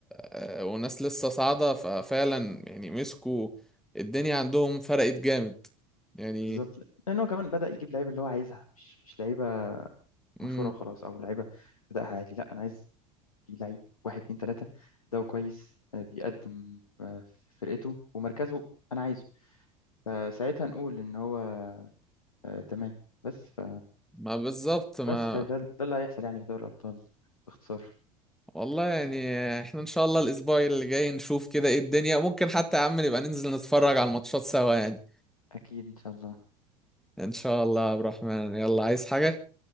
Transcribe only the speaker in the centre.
آه، وناس لسه صاعدة ففعلا يعني مسكوا الدنيا عندهم فرقت جامد يعني
مم،
ما بالظبط ما
والله يعني احنا ان شاء الله الاسبوع اللي جاي نشوف كده ايه الدنيا ممكن حتى يا عم نبقى ننزل نتفرج على الماتشات سوا يعني
ان شاء الله يا عبد الرحمن يلا عايز حاجة